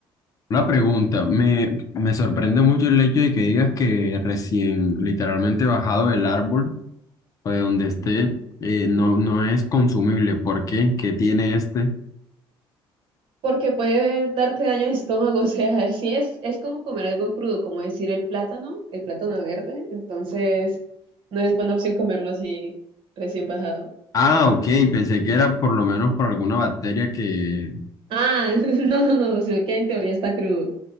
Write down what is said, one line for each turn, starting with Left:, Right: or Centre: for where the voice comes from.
Left: Una pregunta, me, me sorprende mucho el hecho de que digas que recién literalmente bajado del árbol o de donde esté, eh, no, no es consumible. ¿Por qué? ¿Qué tiene este?
Right: porque puede darte daño al estómago, <laughs> o sea, sí es, es como comer algo crudo, como decir el plátano, el plátano verde, entonces no es buena opción comerlo así recién bajado.
Left: Ah, ok, pensé que era por lo menos por alguna bacteria que...
Right: Ah, <laughs> no, no, no, sino que en teoría está crudo.